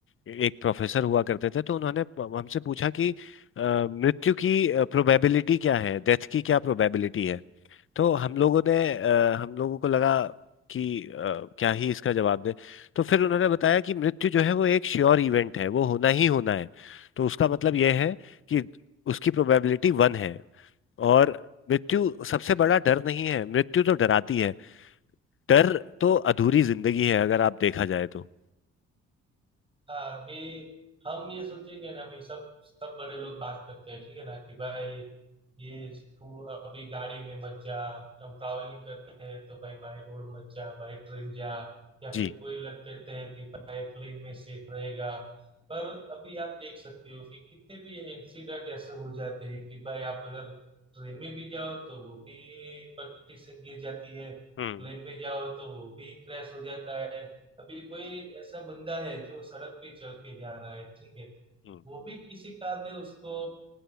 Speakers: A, on the left; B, on the right.
A: एक प्रोफेसर हुआ करते थे तो उन्होंने प- हमसे पूछा कि अ, मृत्यु की प्रोबेबिलिटी क्या है डेथ की क्या प्रोबेबिलिटी है तो हम लोगों ने अ, हम लोगों को लगा कि अ, क्या ही इसका जवाब दें तो फिर उन्होंने बताया कि मृत्यु जो है वो एक श्योर इवेंट है वो होना ही होना है तो उसका मतलब यह है कि उसकी प्रोबेबिलिटी वन है और मृत्यु सबसे बड़ा डर नहीं है मृत्यु तो डराती है डर तो अधूरी जिंदगी है अगर आप देखा जाए तो
B: हाँ अभी हम ये सोचेंगे ना अभी सब सब बड़े लोग बात करते हैं ठीक है ना कि भाई ये तू अभी गाड़ी में मत जा हम ट्रैवलिंग करते हैं तो भाई बाय रोड मत जा बाय ट्रेन जा या
A: जी
B: फिर कोई लोग कहते हैं कि भाई प्लेन में सेफ रहेगा पर अभी आप देख सकते हो कि कितने भी इंसिडेंट ऐसे हो जाते हैं कि भाई आप अगर ट्रेन में भी जाओ तो वो भी पटरी से गिर जाती है
A: हम्म
B: प्लेन में जाओ तो वो भी क्रैश हो जाता है अभी कोई ऐसा बंदा है जो सड़क पे चल के जा रहा है ठीक है
A: हम्म
B: वो भी किसी कार ने उसको